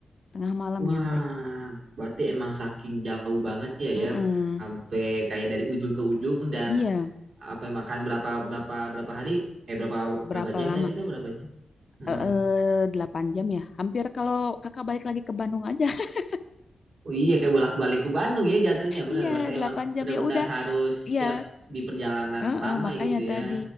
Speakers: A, on the left; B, on the right.
A: tengah malam
B: Wah,
A: nyampe.
B: berarti emang saking jauh banget ya
A: Heeh.
B: ya, sampai kayak dari ujung ke ujung dan
A: Iya,
B: apa makan berapa berapa berapa hari? Eh berapa
A: berapa
B: berapa jam
A: lama?
B: tadi kan berapa jam? Hmm.
A: Eh, eh, 8 jam ya. Hampir kalau kakak balik lagi ke Bandung aja. <laughs>
B: Oh iya kayak bolak-balik ke Bandung ya jatuhnya benar.
A: Iya,
B: Berarti
A: 8
B: emang
A: jam
B: benar-benar
A: ya udah.
B: harus
A: Iya,
B: siap di perjalanan
A: Heeh,
B: lama
A: makanya
B: ya gitu
A: tadi
B: ya